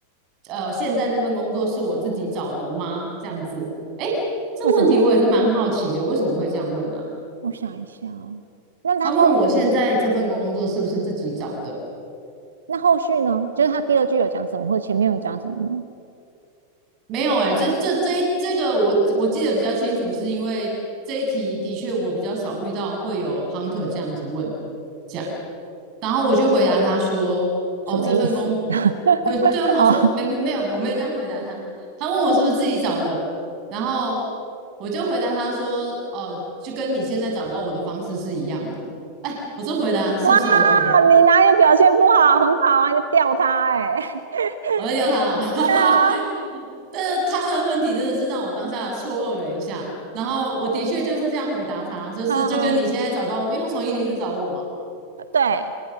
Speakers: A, on the right; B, on the right.
A: 呃现在这份工作是我自己找的吗？这样子，诶，这问题我也是蛮好奇的，
B: 为什么？
A: 为什么会这样问呢、啊
B: 我想一下哦那他后
A: 他问我现在这份工作是不是自己找的？
B: 那后续呢？就是他第二句有讲什么，或前面有讲什么吗？
A: 没有哎、欸这这这这个我我记得比较清楚，是因为这一题的确我比较少遇到会有 hunter 这样子问，这样，然后我就回答他说，哦，
B: 什么意思？
A: 这份工，
B: <laughs>
A: <laughs> 呃，对，我想说没没没有，
B: 哦，
A: 我没有这样回答他，他问我是不是自己找的，然后我就回答他说，呃，就跟你现在找到我的方式是一样的，哎，我这回答是不是
B: 哇，
A: OK？
B: 你哪有表现不好？很好啊，你吊他哎、欸 <laughs>
A: 我在叫他哦，<laughs>
B: 对啊，
A: 但是他的问题真的是让我当下错愕了一下。然后我的确就是这样回答他，就是就跟你现在找到我，
B: 嗯，
A: 因为他从伊犁市找我嘛，
B: 对，